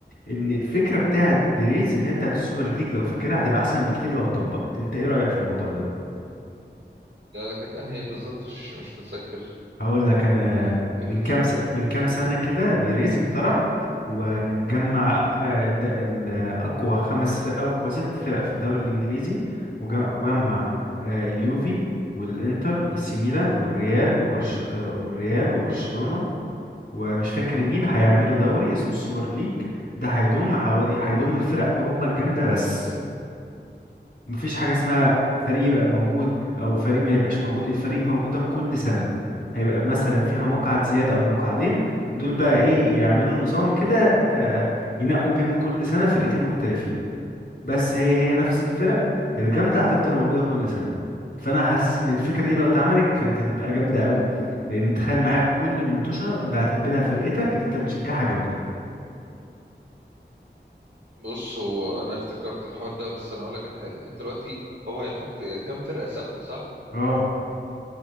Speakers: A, on the left; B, on the right.
A: ان الفكره بتاعت بيريز اللي هي بتاعت السوبر ليج لو فاكرها هتبقى احسن بكتير لو اتطبقت انت ايه رايك في الموضوع ده
B: ده كانت انهي بالظبط مش مش متذكر
A: هقول لك انا
B: كده
A: آه،
B: فكرتي
A: من كام س... من كام سنه كده بيريز اقترح وجمع آه، د- ال- اقوى خمس فرق او اقوى ست فرق في الدوري الانجليزي وج- وجمع آه، اليوفي والانتر واي سي ميلان والريال وبرش... آه، والريال وبرشلونه ومش فاكر مين هيعملوا دوري اسمه السوبر ليج ده هيضم حوالي هيضم الفرق اوروبا الجامده بس مفيش حاجة اسمها فريق يبقى موجود أو فريق ما يبقاش موجود الفريق موجود ده كل سنة هيبقى مثلا فيها مقعد زيادة أو مقعدين دول بقى إيه يعملوا نظام كده آه، ينقوا بيهم كل سنة فرقتين مختلفين بس هي هي نفس الفرق الجامدة هتفضل موجودة كل سنة فأنا حاسس إن الفكرة دي لو اتعملت كانت هتبقى جامدة قوي لأن تخيل معايا كل المطوشة اللي هتقابلها فرقتك اللي أنت بتشجعها جامدة
B: بص هو انا افتكرت الحوار ده بس انا اقول لك على حاجه انت دلوقتي هو هيحط كام فرقه ثابته صح
A: اه